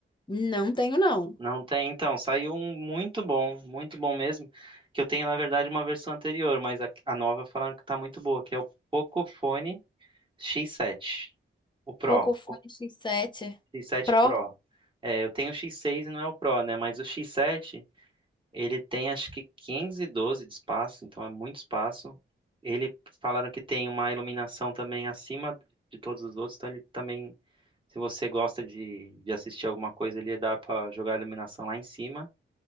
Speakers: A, on the left; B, on the right.
A: Não tenho, não.
B: Não tem? Então, saiu um muito bom, muito bom mesmo, que eu tenho, na verdade, uma versão anterior, mas a, a nova falando que tá muito boa, que é o Pocophone X7. O Pro.
A: Pocophone X7
B: X7
A: Pro,
B: Pro. É, eu tenho o X6 e não é o Pro, né? Mas o X7, ele tem acho que 512 de espaço, então é muito espaço. Ele falaram que tem uma iluminação também acima de todos os outros, então ele também, se você gosta de, de assistir alguma coisa, ele dá pra jogar a iluminação lá em cima.